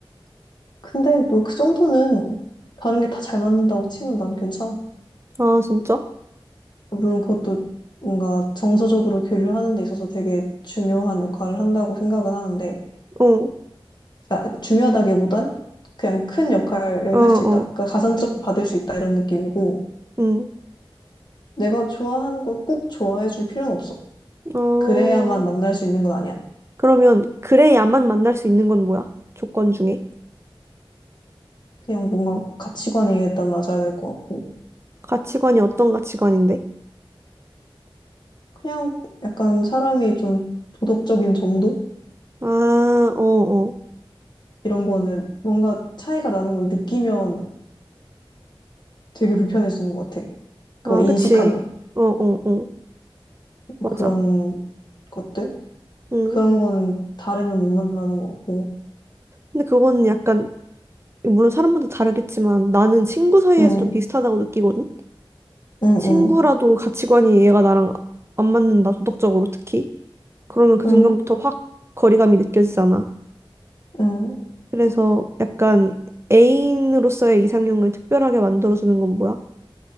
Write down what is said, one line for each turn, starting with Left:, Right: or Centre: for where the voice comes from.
Left: 근데 뭐 그 정도는 다른 게 다 잘 맞는다고 치면 난 괜찮아.
Right: 아, 진짜?
Left: 어, 물론 그것도 뭔가 정서적으로 교류하는 데 있어서 되게 중요한 역할을 한다고 생각은 하는데,
Right: 어.
Left: 그러니까 중요하다기보단 그냥 큰 역할을
Right: 어, 어.
Left: 할 수 있다. 그러니까 가산점 받을 수 있다 이런 느낌이고,
Right: 응.
Left: 내가 좋아하는 걸 꼭 좋아해 줄 필요는 없어.
Right: 어.
Left: 그래야만 만날 수 있는 건 아니야.
Right: 그러면 그래야만 만날 수 있는 건 뭐야? 조건 중에.
Left: 그냥 뭔가 가치관이 일단 맞아야 될 것 같고,
Right: 가치관이 어떤 가치관인데?
Left: 그냥 약간 사람이 좀 도덕적인 정도?
Right: 아, 어, 어.
Left: 이런 거는 뭔가 차이가 나는 걸 느끼면 되게 불편해지는 것 같아. 그거
Right: 아,
Left: 인식하면.
Right: 그치. 어, 어, 어. 맞아.
Left: 그런 것들?
Right: 응.
Left: 그런 거는 다르면 못 만나는 것 같고.
Right: 근데 그거는 약간, 물론 사람마다 다르겠지만 나는 친구 사이에서도
Left: 응,
Right: 비슷하다고 느끼거든?
Left: 응,
Right: 친구라도
Left: 응,
Right: 가치관이 얘가 나랑 안 맞는다, 도덕적으로 특히. 그러면 그
Left: 응,
Right: 순간부터 확 거리감이 느껴지잖아.
Left: 응.
Right: 그래서 약간 애인으로서의 이상형을 특별하게 만들어주는 건 뭐야?